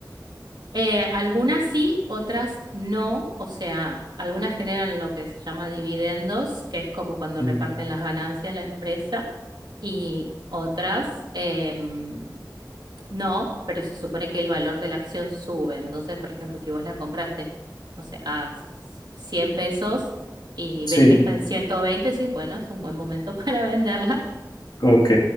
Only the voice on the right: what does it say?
eh, algunas sí, otras no. O sea, algunas generan lo que se llama dividendos, que es como cuando
reparten las ganancias la empresa, y otras, em, no, pero se supone que el valor de la acción sube. Entonces, por ejemplo, si vos la compraste, no sé, a 100 pesos y
ves que está en 120, sí, bueno, es un buen momento <laughs> para venderla.